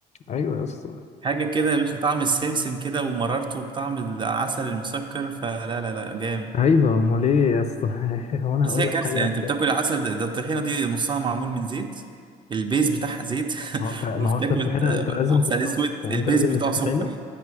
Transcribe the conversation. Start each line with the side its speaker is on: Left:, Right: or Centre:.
Left: ايوه يا اسطى
Right: حاجة كده يا باشا طعم السمسم كده ومررته بطعم العسل المسكر فلا لا لا جامد
Left: ايوه امال ايه يا اسطى <laughs> هو انا
Right: بس
Left: هقول
Right: هي
Left: لك
Right: كارثه
Left: حاجه وحشه
Right: يعني انت بتاكل العسل ده, ده الطحينه دي نصها معمول من زيت البيز بتاعها زيت
Left: ما هو
Right: <laughs>
Left: انت ما
Right: وبتاكل
Left: هو انت الطحينه
Right: آه،
Left: انت لازم
Right: عسل
Left: تستنضف
Right: اسود
Left: يعني
Right: البيز
Left: انت لازم
Right: بتاعه
Left: الطحينه
Right: سكر